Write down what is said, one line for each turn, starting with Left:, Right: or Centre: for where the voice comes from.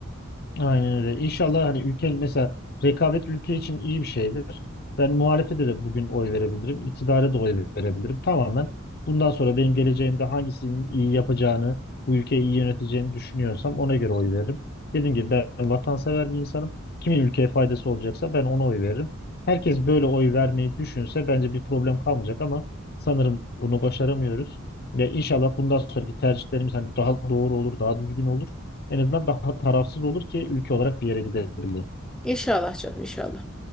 Left: Aynen öyle. İnşallah hani ülke mesela rekabet ülke için iyi bir şeydir. Ben muhalefete de bugün oy verebilirim. iktidara da oy verebilirim. Tamamen bundan sonra benim geleceğimde hangisinin iyi yapacağını, bu ülkeyi iyi yöneteceğini düşünüyorsam ona göre oy veririm. Dediğim gibi ben vatansever bir insanım. Kimin ülkeye faydası olacaksa ben ona oy veririm. Herkes böyle oy vermeyi düşünse bence bir problem kalmayacak ama sanırım bunu başaramıyoruz. Ve inşallah bundan sonraki tercihlerimiz hani daha doğru olur, daha düzgün olur. En azından daha tarafsız olur ki ülke olarak bir yere gidebilir.
Centre: İnşallah canım inşallah.